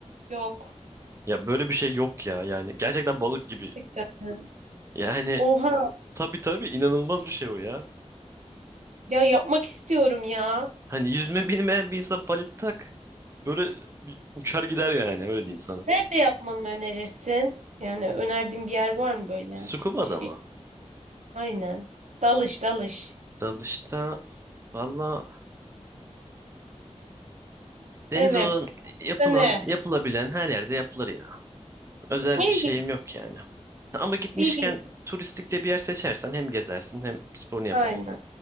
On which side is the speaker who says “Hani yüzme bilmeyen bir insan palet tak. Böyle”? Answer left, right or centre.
Right